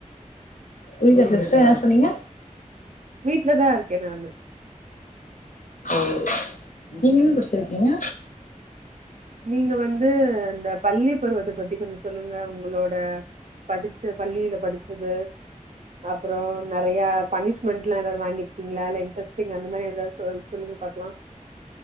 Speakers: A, on the left; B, on the right.
A: புரில சிஸ்டர் என்ன சொன்னீங்க
B: வீட்ல தா இருக்க நானு
A: ம் நீங்க என்ன படிச்சிருக்கீங்க
B: நீங்க வந்து இந்த பள்ளி பருவத்த பத்தி கொஞ்சோ சொல்லுங்க உங்களோட படிச்ச பள்ளியில படிச்சது அப்றோ நறைய பனிஷ்மெண்ட்லா எதாவது வாங்கிருக்கீங்ளா இல்ல இன்ட்ரெஸ்டிங் அந்த மாரி ஏதாது சொல் சொல்லுங்க பாக்கலா